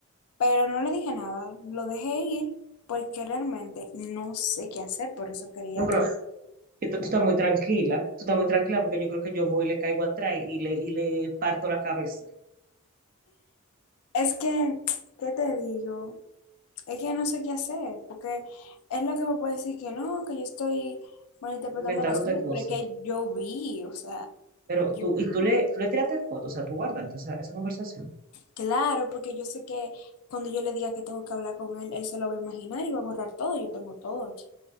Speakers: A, on the left; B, on the right.
A: pero no le dije nada, lo dejé ir porque realmente no sé qué hacer, por eso quería,
B: No, pero Yo- tú, tú estás muy tranquila, tú estás muy tranquila porque yo creo que yo voy y le caigo atrás y le, y le parto la cabeza,
A: es que, ¿qué te digo? Es que no sé qué hacer, porque es lo que me puede decir que no, que yo estoy malinterpretando
B: inventándote
A: las cosas,
B: cosas.
A: pero es que yo vi, o sea,
B: Pero
A: yo
B: tú, y
A: vi.
B: tú le, tú le tiraste fotos, o sea, tú guardaste esa, esa conversación.
A: Claro, porque yo sé que cuando yo le diga que tengo que hablar con él, él se lo va a imaginar y va a borrar todo. Yo tengo todo aquí.